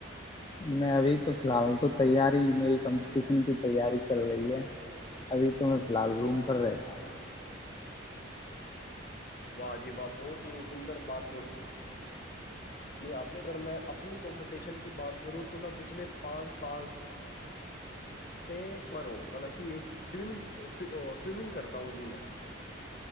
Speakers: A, on the left; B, on the left.
A: میں ابھی <unintelligible> تو فی الحال تو تیار <unintelligible> میری کمپٹیشن کی تیاری چل رہی ہے ابھی تو میں فی الحال روم پر رہتا ہوں <unintelligible>
B: واہ جی واہ بہت ہی سندر بات بولی آپ نے گ میں اپنی کمپٹیشن کی بات کروں تو میں پچھ <unintelligible> پچھلے پانچ سال ت مروں مطلب کہ ایک سمگ سویمنگ کرتا ہوں جی میں <unintelligible>